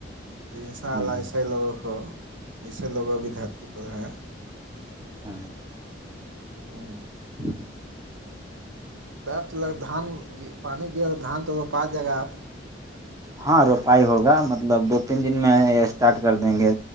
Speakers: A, on the right (about 85°); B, on the right (about 15°).
A: ج ان شاء
B: ہ
A: اللہ اس ے لوگوں کو ایسے لوگ بھی دھرتی پردھ ہیں
B: ہوں
A: ہاں
B: ہوں
A: ت دان پانی گرا دھان تو روپا ج گا آپ
B: ہاں روپائی ہوگا مطلب دو تین دن میں اسٹارٹ کر دیں گے